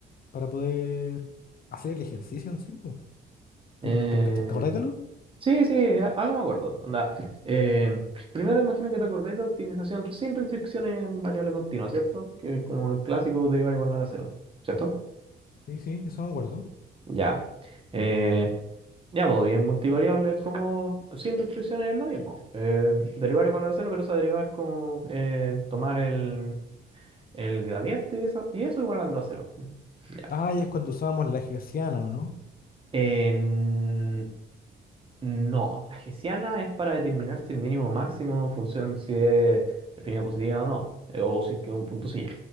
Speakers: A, on the left; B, on the right.
A: para poder hacer el ejercicio en sí, pues. ¿Tú
B: Eh,
A: te, cacha- te acordás de algo?
B: sí, sí, a- algo me acuerdo. Onda, eh, primero imagino que te acordás de optimización sin restricciones en variable continua, ¿cierto? Que es como el clásico derivar igual a cero, ¿cierto?
A: Sí, sí, eso me acuerdo.
B: Ya. Eh, ya, pues, y en multivariable es como sin restricciones es lo mismo. Eh, derivar igual a cero, pero esa derivada es como eh, tomar el, el gradiente y, esa- y eso igualarlo a cero. Ya.
A: Ah, y es cuando usábamos la hessiana, ¿o no?
B: En- No, la hessiana es para determinar si el mínimo o máximo en función si es definida positiva o no, eh, o si es que es un punto silla.